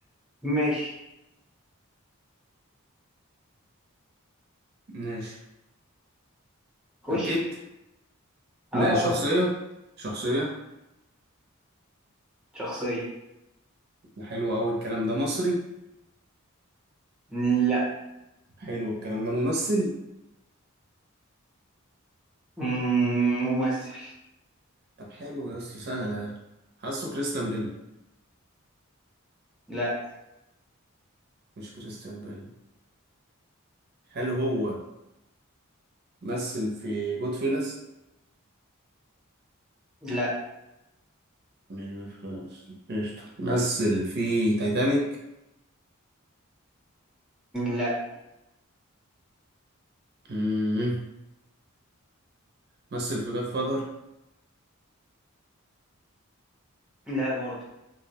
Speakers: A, in the centre; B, on the right (about 50°).
A: ماشي
B: ماشي
A: خش
B: بكيت
A: اه
B: ماشي
A: اه
B: شخصية شخصية
A: شخصية
B: ده حلو أوي الكلام ده مصري
A: لا
B: حلو الكلام ده ممثل
A: مم، ممثل
B: طب حلو يا اسطى سهلة حاسه كريستيان بيل
A: لا
B: مش كريستيان بيل هل هو مثل في جود فيلس
A: لا
B: مش جود فيلس قشطة مثل في تايتانيك
A: لا
B: مم. مثل في جاد فاذر
A: لا برضه